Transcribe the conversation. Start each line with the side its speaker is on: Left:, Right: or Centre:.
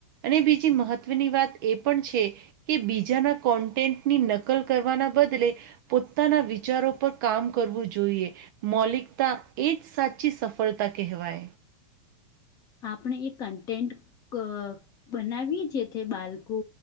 Right: અને બીજી મહત્વની વાત એ પણ છે. કે બીજાના કોન્ટેન્ટની નકલ કરવાના બદલે પોતાના વિચારો પર કામ કરવું જોઈએ મૌલિકતા એ જ સાચી સફળતા કહેવાય.
Left: આપણે એ કન્ટેન્ટ ક બનાવીએ જેથી બાળકો